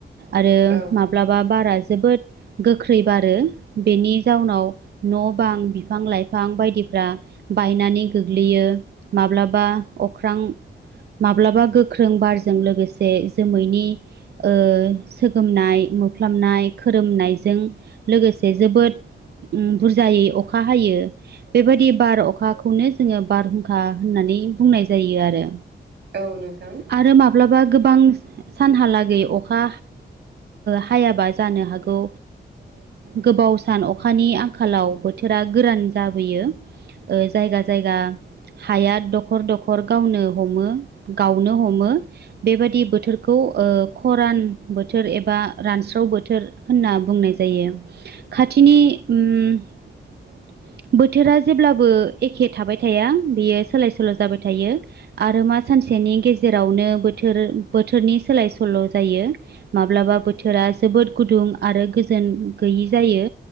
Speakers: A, on the right (about 70°); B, on the right (about 85°).
A: आरो
B: औ
A: माब्लाबा बारा जोबोद गोख्रै बारो बेनि जाउनाव न' बां बिफां लाइफां बायदिफ्रा बायनानै गोग्लैयो माब्लाबा अख्रां माब्लाबा गोख्रों बारजों लोगोसे जोमैनि ओ सोगोमनाय मोफ्लाबनाय खोरोमनायजों लोगोसे जोबोद उम बुरजायै अखा हायो बेबायदि बार अखाखौनो जोङो बारहुंखा होननानै बुंनाय जायो आरो।
B: औ नोंथां
A: आरो माब्लाबा गोबां सानहालागै अखा हायाबा ओ जानो हागौ गोबाव सान अखानि आंखालाव बोथोरा गोरान जाबोयो ओ जायगा जायगा। हाया दखर दखर गावनो हमो गावनो हमो बेबायदि बोथोरखौ खरान ओ बोथोर एबा रानस्राव बोथोर होनना बुंनाय जायो। खाथिनि
B: औ
A: उम बोथोरा जेब्लाबो एखे थाबाय थाया बेयो सोलाय सोल' जाबाय थायो आरो मा सानसेनि गेजेरावनो बोथोर बोथोरनि सोलाय सोल' जायो माब्लाबा बोथोरा जोबोद गुदुं आरो गोजोन गैयि जायो